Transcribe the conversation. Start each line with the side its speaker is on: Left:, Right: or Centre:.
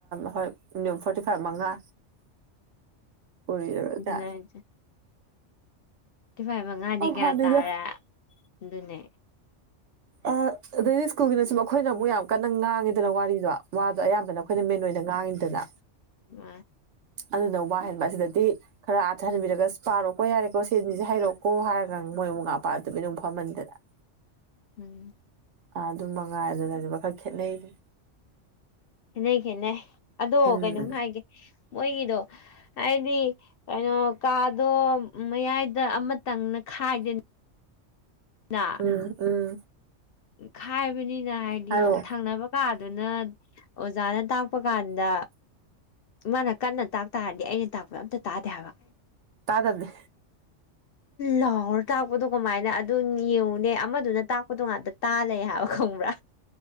Right: ꯍꯣꯏ ꯐꯣꯔꯇꯤ ꯐꯥꯏꯚ ꯃꯉꯥ ꯀ
Left: ꯅ ꯆ ꯤ ꯐꯥꯏꯚ ꯃꯉꯥꯗꯤ ꯀꯌꯥ
Right: ꯍꯥꯟꯅꯤꯗ
Left: ꯇꯥꯔꯦ ꯑꯗꯨꯅꯦ
Right: ꯑ ꯑꯗꯩꯗꯤ ꯁ꯭ꯀꯨꯜꯒꯤꯅꯁꯨ ꯑꯩꯈꯣꯏꯅ ꯑꯃꯨꯛ ꯌꯥꯝ ꯀꯟꯅ ꯉꯥꯡꯉꯤꯗꯅ ꯋꯥꯔꯤꯗꯣ ꯑꯗꯣ ꯑꯌꯥꯝꯕꯅ ꯑꯩꯈꯣꯏꯅ ꯃꯦꯟ ꯑꯣꯏꯅ ꯉꯥꯡꯉꯤꯗꯅ
Left: ꯃꯥ
Right: ꯑꯗꯨꯅ ꯋꯥꯍꯟꯕ ꯑꯁꯤꯗꯗꯤ ꯈꯔ ꯑꯥꯊꯍꯟꯕꯤꯔꯒ ꯄꯥꯔꯣꯀꯣ ꯌꯥꯔꯦꯀꯣ ꯁꯤꯦꯟꯁꯦ ꯍꯥꯏꯩꯔꯛꯀꯣ ꯍꯥꯏꯔꯒ ꯃꯣꯏꯕꯨꯛ ꯉꯥꯄꯥ ꯑꯗꯨꯃ ꯑꯗꯨꯝ ꯐꯝꯍꯟꯗꯅ
Left: ꯎꯝ
Right: ꯑ ꯑꯗꯨꯝ ꯃꯉꯥꯏ ꯑꯗꯨꯅ ꯑꯗꯨꯕ ꯈꯔ ꯈꯦꯠꯅꯩꯅꯤ
Left: ꯈꯦꯠꯅꯩ ꯈꯦꯠꯅꯩ ꯑꯗꯣ
Right: ꯎꯝ
Left: ꯀꯩꯅꯣꯝ ꯍꯥꯏꯒꯦ ꯃꯣꯏꯒꯤꯗꯣ ꯍꯥꯏꯗꯤ ꯀꯩꯅꯣ ꯀꯥꯗꯣ ꯃꯌꯥꯏꯗ ꯑꯃ ꯇꯪꯅ ꯈꯥꯏꯗꯅꯤ ꯅ
Right: ꯎꯝ ꯎꯝ
Left: ꯎ ꯈꯥꯏꯕꯅꯤꯅ ꯍꯥꯏꯗꯤ
Right: ꯍꯥꯏꯔꯣ
Left: ꯊꯪꯅꯕ ꯀꯥꯗꯨꯅ ꯑꯣꯖꯥꯅ ꯇꯥꯛꯄ ꯀꯥꯟꯗ ꯃꯥꯅ ꯀꯟꯅ ꯇꯥꯛ ꯇꯥꯔꯗꯤ ꯑꯩꯅ ꯇꯥꯛꯄꯗ ꯑꯝꯇ ꯇꯥꯗꯦ ꯍꯥꯏꯕ
Right: ꯇꯥꯗꯗꯦ
Left: ꯂꯥꯎꯔ ꯇꯥꯛꯄꯗꯣ ꯀꯃꯥꯏꯅ ꯑꯗꯨ ꯌꯦꯡꯉꯨꯅꯦ ꯑꯃꯗꯨꯅ ꯇꯥꯛꯄꯗꯣ ꯉꯥꯛꯇ ꯇꯥꯂꯦ ꯍꯥꯏꯕ ꯈꯣꯡꯕ꯭ꯔꯥ